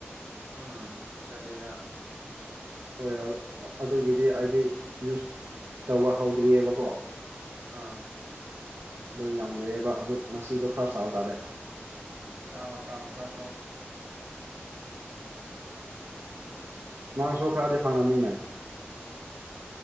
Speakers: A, on the right; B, on the right.
A: ꯎꯝ ꯁꯠꯇꯔꯗꯦꯗ
B: ꯍꯣꯏ ꯑꯗꯨꯒꯤꯗꯤ ꯑꯩꯗꯤ ꯌꯨꯁ ꯇꯧꯕ ꯍꯧꯗ꯭ꯔꯤꯑꯕꯀꯣ
A: ꯑꯥ
B: ꯑꯗꯨ ꯌꯥꯝ ꯂꯩꯑꯕ ꯑꯗꯨ ꯉꯁꯤꯗꯣ ꯈꯔ ꯆꯥꯎꯕ ꯇꯥꯔꯦ
A: ꯎꯝ ꯆꯑꯣ ꯁꯥꯥꯎ ꯁꯥ ꯊꯣ
B: ꯅꯥꯡꯁꯨꯣ ꯈꯔꯗꯤ ꯐꯪꯅꯕꯅꯤꯅꯦ